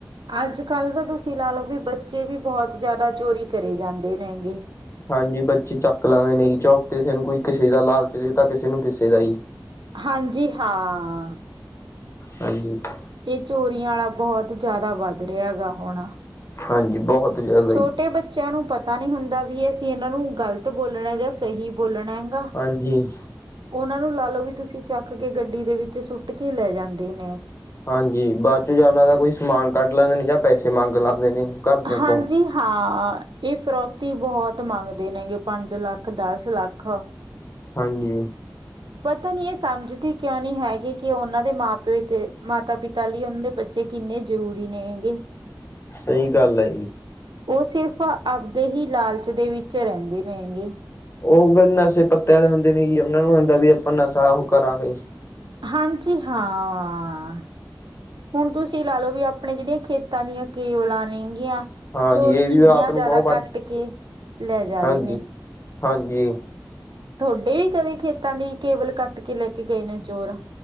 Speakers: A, on the right; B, on the left.
A: ਅੱਜ ਕੱਲ ਤਾਂ ਤੁਸੀਂ ਲਾ ਲਓ ਵੀ ਬੱਚੇ ਵੀ ਬਹੁਤ ਜ਼ਿਆਦਾ ਚੋਰੀ ਕਰੇ ਜਾਂਦੇ ਨੇ ਹੈਗੇ
B: ਹਾਂਜੀ ਬੱਚੀ ਚੱਕ ਲਾਂਦੇ ਨਹੀਂ ਚ ਕਿਸੇ ਨੂੰ ਕੋਈ ਕਿਸੇ ਦਾ ਲਾਲਚ ਦਿੱਤਾ ਕਿਸੇ ਨੂੰ ਕਿਸੇ ਦਾ ਹੀ
A: ਹਾਂਜੀ ਹਾਂ
B: ਹਾਂਜੀ-ਹਾਂਜੀ
A: ਇਹ ਚੋਰੀਆਂ ਵਾਲਾ ਬਹੁਤ ਜਿਆਦਾ ਵੱਧ ਰਿਹਾ ਹੈ ਗਗਾ ਹੁਣ
B: ਹਾਂਜੀ ਬਹੁਤ ਜ਼ਿਆਦਾ
A: ਛੋਟੇ
B: ਜੀ
A: ਬੱਚਿਆਂ ਨੂੰ ਪਤਾ ਪਤਾ ਨਹੀਂ ਹੁੰਦਾ ਵੀ ਅਸੀਂ ਇਹਨਾਂ ਨੂੰ ਗ਼ਲਤ ਬੋਲਣਾ ਜਾਂ ਸਹੀ ਬੋਲਣਾ ਮਹਿੰਗਾ
B: ਹਾਂਜੀ।
A: ਉਹਨਾਂ ਨੂੰ ਲਾ ਲਓ ਵੀ ਤੁਸੀਂ ਚੱਕ ਕੇ ਗੱਡੀ ਦੇ ਵਿੱਚ ਸੁੱਟ ਕੇ ਲੈ ਜਾਂਦੇ ਨੇ
B: ਹਾਂਜੀ ਬਾਅਦ ਚੋਂ ਜਾਂ ਉਹਨਾਂ ਦਾ ਕੋਈ ਸਮਾਨ ਕੱਢ ਲੈਂਦੇ ਨੇ ਜਾਂ ਪੈਸੇ ਮੰਗ ਲਾਦੇ ਨੇ ਘਰਦਿਆਂ
A: ਹਾਂਜੀ
B: ਤੋਂ
A: ਹਾਂ ਇਹ ਫਰੋਤੀ ਬਹੁਤ ਮੰਗਦੇ ਨੇਗੇ ਪੰਜ ਲੱਖ ਦਸ ਲੱਖ
B: ਹਾਂਜੀ
A: ਪਤਾ ਨਹੀ ਇਹ ਸਮਝਦੇ ਕਿਉਂ ਨਹੀ ਹੈਗੇ ਕਿ ਉਹਨਾਂ ਦੇ ਮਾਂ ਪਿਓਥ ਮਾਤਾ ਪਿਤਾ ਲਈ ਉਹਨਾਂ ਦੇ ਬ ਬੱਚੇ ਕਿੰਨੇ ਜ਼ਰੂਰੀ ਨੇ ਹੈਗੇ
B: ਸਹੀ ਗੱਲ ਆ ਜੀ
A: ਉਹ ਸਿਰਫ਼ ਆਪਦੇ ਹੀ ਲਾਲਚ ਦੇ ਵਿੱਚ ਰਹਿੰਦੇ ਰਣਗੇ
B: ਉਹ ਫਿਰ ਨਸ਼ੇ ਪੱਤਤੇ ਵਾਲੇ ਹੁੰਦੇ ਨੇ ਜੀ ਉਹਨਾਂ ਨੂੰ ਹੁੰਦਾ ਵੀ ਆਪਾਂ ਨਸ਼ਾ ਉਹ ਕਰਾਂਗੇ
A: ਹਾਂਜੀ ਹਾਂ ਹੁਣ ਤੁਸੀਂ ਲਾ ਲਓ ਵੀ ਆਪਣੇ ਜਿਹੜੀਆਂ ਖੇਤਾਂ ਦੀਆਂ ਕੇਵਲਾਂ ਨੇਗੀਆਂ
B: ਹਾਂਜੀ
A: ਚੋਰ
B: ਇਹ
A: ਕਿੰਨੀਆਂ
B: ਵੀ ਰਾਤ ਨੂੰ
A: ਜ਼ਿਆਦਾ
B: ਬਹੁਤ ਵੱਡ
A: ਕੱਟ ਕੇ ਲੈ ਜਾ
B: ਹਾਂਜੀ
A: ਰਹੇ ਨੇ
B: ਹਾਂਜੀ,
A: ਤੁਹਾਡੇ ਵੀ ਕਦੇ ਖੇਤਾਂ ਦੀ ਕੇਬਲ ਕੱਟ ਕੇ ਲੈ ਕੇ ਗਏ ਨੇ ਚੋਰ